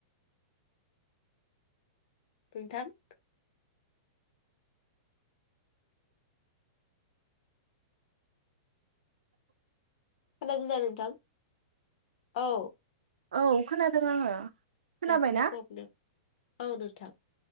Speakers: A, on the left; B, on the right.
A: <unintelligible> खोनादोंना नोंथां औ।
B: औ खोनादों आङो। खोनाबायना
A: नेदनि पब्लेन औ नोंथां।